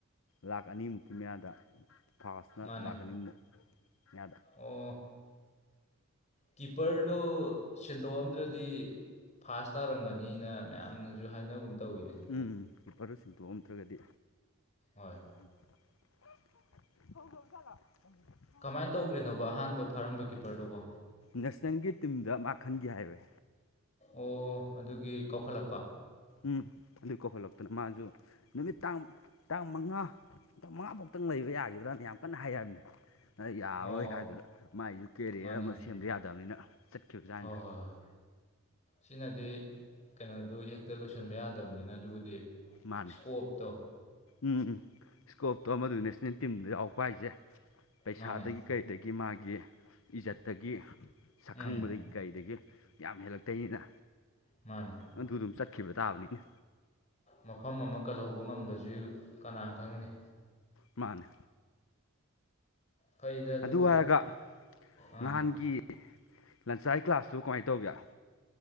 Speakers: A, on the left; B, on the left.
A: ꯂꯥꯛ ꯑꯅꯤꯃꯨꯛꯀꯤ ꯃꯌꯥꯗ ꯐꯔꯥꯁꯅ
B: ꯃꯥꯅꯦ
A: ꯂꯥꯛ ꯑꯅꯤꯃꯨꯛ ꯃꯌꯥꯗ
B: ꯑꯣ ꯀꯤꯄꯔꯗꯨ ꯁꯤꯟꯗꯣꯛꯑꯝꯗ꯭ꯔꯗꯤ ꯐꯥꯁ ꯇꯥꯔꯝꯒꯅꯤꯅ ꯃꯌꯥꯝꯅꯁꯨ ꯍꯥꯏꯅꯒꯨꯝ ꯇꯧꯋꯤꯅꯦ
A: ꯎꯝ ꯀ꯭ꯔꯤꯄꯔꯗꯣ ꯁꯤꯟꯗꯣꯛꯑꯝꯗ꯭ꯔꯒꯗꯤ
B: ꯍꯣꯏ
A: ꯍꯣ <unintelligible>
B: ꯀꯃꯥꯏꯅ ꯇꯧꯈ꯭ꯔꯤꯅꯣꯕ ꯑꯍꯥꯟꯕ ꯐꯥꯔꯝꯕ ꯀꯤꯄꯔꯗꯨꯕꯣ
A: ꯅꯦꯁꯅꯦꯜꯒꯤ ꯇꯤꯝꯗ ꯃꯥ ꯈꯟꯒꯦ ꯍꯥꯏꯔꯦ
B: ꯑꯣ ꯑꯗꯨꯒꯤ ꯀꯧꯈꯠꯂꯛꯄ
A: ꯎꯝ ꯑꯗꯨ ꯀꯧꯍꯜꯂꯛꯇꯅ ꯃꯥꯁꯨ ꯅꯨꯃꯤꯠ ꯇꯥꯡ ꯇꯥꯡ ꯃꯉꯥ ꯇ ꯃꯉꯥꯐꯧꯗꯪ ꯂꯩꯕ ꯌꯥꯈꯤꯗ꯭ꯔꯅ ꯌꯥꯝ ꯀꯟꯅ ꯍꯥꯏꯔꯕꯅꯦ ꯅ ꯌꯥꯔꯔꯣꯏ
B: ꯑꯣ
A: ꯍꯥꯏꯗꯨꯅ ꯃꯥꯏꯁꯨ ꯀꯦꯔꯤꯌꯔ
B: ꯃꯥꯅꯤꯅꯦ
A: ꯑꯃ ꯁꯦꯝꯗ ꯌꯥꯗꯕꯅꯤꯅ ꯆꯠꯈꯤꯕꯖꯥꯠꯅꯤꯗ
B: ꯍꯣꯏ ꯍꯣꯏ ꯍꯣꯏ ꯁꯤꯅꯗꯤ ꯀꯩꯅꯣꯗꯨ ꯍꯦꯛꯇ ꯂꯣꯏꯁꯤꯟꯕ ꯌꯥꯗꯕꯅꯤꯅ ꯑꯗꯨꯕꯨꯗꯤ
A: ꯃꯥꯅꯦ
B: ꯏꯁꯀꯣꯞꯇꯣ
A: ꯎꯝ ꯎꯝ ꯏꯁꯀꯣꯞꯇꯣ ꯑꯃꯗꯨ ꯅꯦꯁꯅꯦꯜ ꯇꯤꯝꯗ ꯌꯥꯎ ꯄ ꯍꯥꯏꯁꯦ ꯄꯩꯁꯥꯗꯒꯤ
B: ꯃꯥꯅꯦ
A: ꯀꯩꯗꯒꯤ ꯃꯥꯒꯤ ꯏꯖꯠꯇꯒꯤ ꯁꯛꯈꯪꯕꯗꯒꯤ
B: ꯎꯝ
A: ꯀꯩꯗꯒꯤ ꯌꯥꯝ ꯍꯦꯜꯂꯛꯇꯣꯏꯅꯤꯅ
B: ꯃꯥꯅꯤ
A: ꯑꯗꯨ ꯑꯗꯨꯝ ꯆꯠꯈꯤꯕ ꯇꯥꯕꯅꯤꯅ
B: ꯃꯐꯝ ꯑꯃ ꯀꯜꯍꯧꯕ ꯉꯝꯕꯁꯨ ꯀꯅꯥꯅ ꯈꯪꯒꯅꯤ
A: ꯃꯥꯅꯦ
B: ꯐꯩꯗ ꯑꯗꯨꯕꯨꯗꯤ
A: ꯑꯗꯨ ꯍꯥꯏꯔꯒ
B: ꯑꯥ
A: ꯅꯍꯥꯟꯒꯤ ꯂꯟꯁꯥꯏ ꯀ꯭ꯂꯥꯁꯇꯨ ꯀꯃꯥꯏꯅ ꯇꯧꯒꯦ